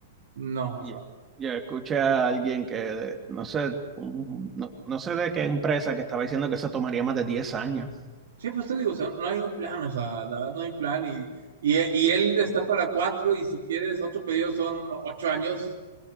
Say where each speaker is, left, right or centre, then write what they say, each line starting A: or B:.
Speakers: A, on the right; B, on the right.
A: no, o
B: Ya
A: sea.
B: Yo escuché a alguien que, de- no sé, un- no, no sé de qué empresa que estaba diciendo que eso tomaría más de diez años.
A: Sí, pues te digo, o sea, no hay un plan, o sea, la verdad no hay plan y, y, y él está para cuatro y si quieres ocho pedidos son ocho años